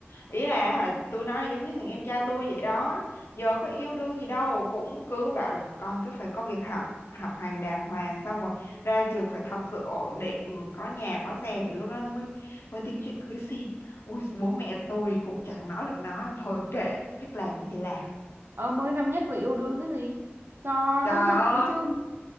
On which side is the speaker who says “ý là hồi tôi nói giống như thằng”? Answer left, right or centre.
Left